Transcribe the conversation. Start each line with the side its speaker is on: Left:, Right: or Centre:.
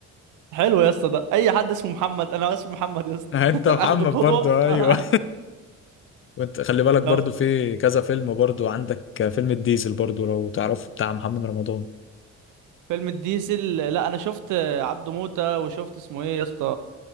Right: حلو يا اسطى ده اي حد اسمه محمد انا اسمي محمد
Left: <laughs>
Right: يا اسطى
Left: انت
Right: <laughs>
Left: محمد
Right: اخده قدوه
Left: برضو ايوه
Right: <laughs>
Left: وانت خلي بالك
Right: طب
Left: برضو في كذا فيلم برضو عندك فيلم الديزل برضو لو تعرفه بتاع محمد رمضان
Right: فيلم الديزل لا انا شفت عبده موتة وشفت اسمه ايه يا اسطى